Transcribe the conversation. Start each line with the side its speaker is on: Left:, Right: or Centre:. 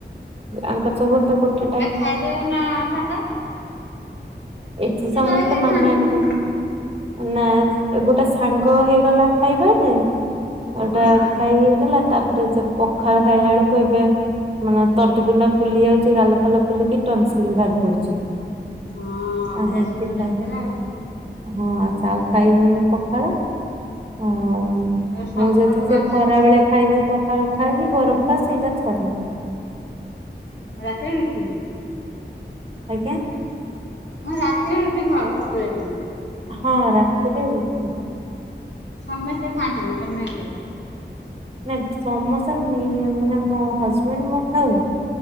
Right: ଆଙ୍କ ସବନ୍ଧ ଗଟେ
Left: ଖାଇ ଦଉନା ଭାତ।
Right: ଏଠି
Left: ସେ
Right: ସମସ୍ତେ
Left: ଜଳଖିଆ
Right: ମାମା
Left: ଖାଆନ୍ତୁ
Right: ହେରିକା
Left: ତମେ ତମର
Right: ନା ଗୋଟେ ସାଙ୍ଗ ହେଇଗଲା ଖାଇବାନି। ଅଉଟା
Left: ହଁ
Right: ଖାଇ ହେଇଗଲା ତାପ ତାରେ ପଖାଳ ଖାଇଲା ବେଳକୁ ଏବେ ମାନେ ତଣ୍ଟି ତୁଣ୍ଟା ଫୁଲି ଯାଉଛି। ଗାଲ ଫାଲ ଫୁଲିକ ଟନ୍ସିଲ ବାହାରି ପଡୁଛି।
Left: ହଁ ଅଭ୍ୟାସ
Right: ଆ ହେଇଥିପାଇଁ
Left: ଯୋଉଟା ହେଇଗଲା ଆଉ।
Right: ହଁ ଆଛା ଆଉ ଖାଇବନି ପଖାଳ। ଆଉ
Left: ତା ସକାଳୁ
Right: ମୁଁ ଯଦି ସେ
Left: ଗାଧା
Right: ଖରା
Left: ଗୁଧି
Right: ବେଳେ
Left: ହେଲା
Right: ଖାଇବି ପଖାଳ ଖାଇ କି ଗରମ ଟା ସେଇଟା ଥରେ।
Left: ରାତିରେ ରୁଟି।
Right: ଆଜ୍ଞା
Left: ମୁଁ ରାତିରେ ରୁଟି ଖାଅ ସବୁ ବେଳେ
Right: ହଁ ରାତିରେ ରୁଟି
Left: ସମସ୍ତେ ଖାନ୍ତିନି ତମେ ଏକା
Right: ନା ସମସା ନେଇ ମାନେ ମୋ ହଜବେଣ୍ଡ ମୁଁ ଖାଉ।